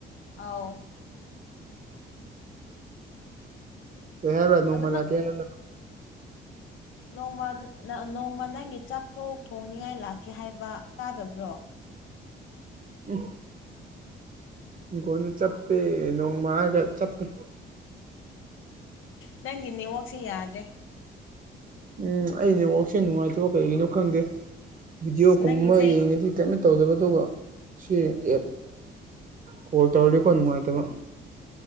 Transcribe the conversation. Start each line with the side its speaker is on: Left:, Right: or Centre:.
Left: ꯑꯥꯎ
Right: ꯀꯩꯍꯥꯏꯕ ꯅꯣꯡꯃ
Left: ꯑꯗꯨ ꯅꯪ
Right: ꯂꯛꯀꯦ ꯍꯥꯏꯕꯔꯥ
Left: ꯅꯣꯡꯃ ꯅꯣꯡꯃ ꯅꯪꯒꯤ ꯆꯥꯛꯇꯣ ꯊꯣꯡꯅꯤꯡꯉꯥꯏ ꯂꯥꯛꯀꯦ ꯍꯥꯏꯕ ꯇꯥꯗꯕ꯭ꯔꯣ
Right: ꯎꯝ ꯏꯤꯡꯈꯣꯟꯁꯨ ꯆꯞꯄꯦ ꯅꯣꯡꯃꯒ ꯆꯠꯄ
Left: ꯅꯪꯒꯤ ꯅꯦꯠꯋꯥꯛꯁꯤꯦ ꯌꯥꯗ꯭ꯔꯦ
Right: ꯎꯝ ꯑꯩ ꯅꯋꯥꯛꯁꯦ ꯅꯨꯡꯉꯥꯏꯇꯕ ꯀꯔꯤꯒꯤꯅꯣ ꯈꯪꯗꯦ ꯕꯤꯗꯤꯑꯣꯒꯨꯝꯕ
Left: ꯑꯁ ꯅꯪꯒꯤꯁꯦ
Right: ꯌꯦꯡꯉꯗꯤ ꯀꯟꯅ ꯇꯧꯗꯕꯗꯨ ꯁꯤ ꯑꯦ ꯀꯣꯜ ꯇꯧꯔꯔꯦꯀꯣ ꯅꯨꯡꯉꯥꯏꯇꯕ